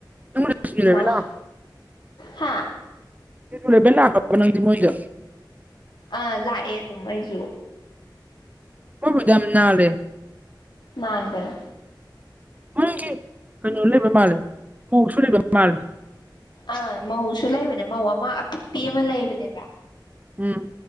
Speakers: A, on the right; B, on the left.
A: ꯅꯪꯕꯨ ꯁꯤꯡꯖꯨ ꯂꯩꯕ
B: ꯃꯥ
A: ꯂꯥꯛꯑꯣ
B: ꯍꯥ
A: <unintelligible> ꯅꯪꯗꯤ ꯃꯣꯏꯗ
B: ꯑꯥ ꯂꯥꯛꯑꯦ ꯑꯗꯨꯝ ꯑꯩꯖꯨ
A: ꯃꯣꯏ ꯃꯨꯡꯗꯣ ꯌꯥꯝ ꯅꯥꯜꯂꯦ
B: ꯅꯥꯟꯕꯅꯦ
A: ꯃꯣꯏꯒꯤ ꯀꯩꯅꯣ ꯂꯩꯕ ꯃꯥꯜꯂꯦ ꯃꯧꯁꯨ ꯂꯩꯕ ꯃꯥꯜꯂꯦ
B: ꯑꯥ ꯃꯧꯁꯨ ꯂꯩꯕꯅꯦ ꯃꯧ ꯑꯃ ꯑꯄꯤꯛꯄꯤ ꯑꯃ ꯂꯩꯕꯅꯦꯕ
A: ꯎꯝ